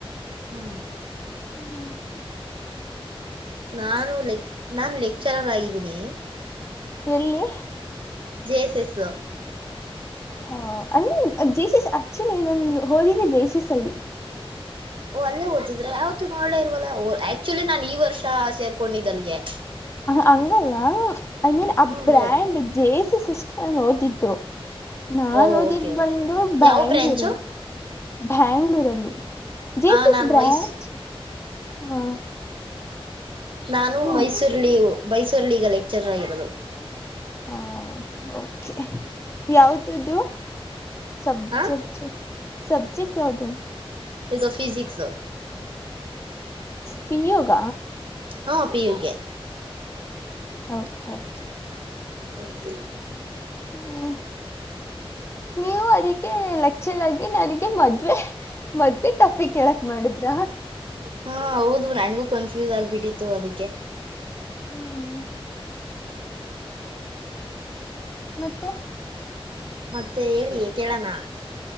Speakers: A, on the right (about 60°); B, on the left (about 25°).
A: ಹ್ಮ್
B: ಹ್ಮ್
A: ನಾನು ಲೆಕ್ ನಾನು ಲೆಕ್ಚರರ್ ಆಗಿದ್ದೀನಿ.
B: ಎಲ್ಲಿ
A: ಜೇ ಎಸ್ ಎಸ್ಸು.
B: ಹಾ ಅಲ್ಲಿ ಜೇಸಸ್ ಅಚ್ಚೆನ ಏನ್ <unintelligible> ಹಓದಿದ್ದೆ ಜೇಸಸ್ ಅಲ್ಲಿ
A: ಓ ಅಲ್ಲೇ ಓದದ್ರಾ ಯಾವತ್ತು ನೋಡ್ಲೇ ಇಲ್ವಲ್ಲ ಆಕ್ಚುಲಿ ನಾನ್ ಈ ವರ್ಷ ಸೇರ್ಕೊಂಡಿದ್ದಲ್ಗೆ.
B: ಹಂಗಲ್ಲ ಐ ಮೀನ್ ಆ
A: ಹ್ಮ್
B: ಬ್ರಾಂಡ್
A: ಹೇಳಿ
B: ಜೇ ಸಿಸ್ಟರ್ ಓದಿದ್ದು ನಾ
A: ಓ
B: ಓದಿದ್ದ
A: ಓಕೆ ಓಕೆ
B: ಬಂದು ಬ್ಯಾಂಗ್ಳೂರಲ್ಲಿ.
A: ಯಾವ ಬ್ರ್ಯಾಂಚು
B: ಬ್ಯಾಂಗ್ಳೂರಲ್ಲಿ ಜೇಸ
A: ಹಾ
B: ಎಸ್
A: ನಾನು
B: ಬ್ರ್ಯಾಂಚ್
A: ಮೈಸ್
B: ಹ.
A: ನಾನು
B: ಹ್ಮ್
A: ಮೈಸೂರ್ಲಿ ಮೈಸೂರ್ಲ್ಲಿ ಈಗ ಲೆಕ್ಚರರ್ ಆಗಿರೋದು
B: ಆ ಓಕೆ ಯಾವ್ದದು ಸಬ್ಜೆಕ್ಟ್
A: ಹಾ
B: ಸಬ್ಜೆಕ್ಟ್ ಯಾವ್ದ
A: ಇದು ಫಿಜಿಕ್ಸ
B: ಪಿ ಯುಗ
A: ಹಾ ಪಿ ಯುಗೆ
B: ಓಕೆ ಓಕೆ
A: ಓಕೆ
B: ಹ್ಮ ನೀವು ಅದಕ್ಕೆ ಲೆಕಚರಾಗಿ ನನಗೆ ಮದ್ವೆ ಮದ್ವೆ ಟಾಪಿಕ ಹೇಳಕ್ ಮಾಡಿದ್ರ
A: ಹಾ ಹೌದು ನನಗೂ ಕನ್ಫ್ಯೂಸ್ ಆಗ್ಬಿಟ್ಟಿತ್ತು ಅದಕ್ಕೆ
B: ಹ್ಮ್ ಮತ್ತೆ
A: ಮತ್ತೆ ಹೇಳಿ ಕೇಳಣ